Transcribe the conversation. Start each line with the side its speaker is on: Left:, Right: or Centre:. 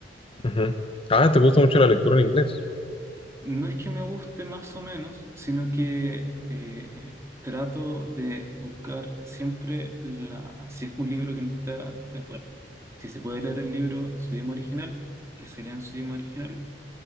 Left: Ujú. Ah, ¿te gusta mucho la lectura en inglés?
Right: No es que me guste más o menos, sino que eh, trato de buscar siempre la... Si es un libro que no está... eh, bueno, si se puede leer el libro en su idioma original, que se lea en su idioma original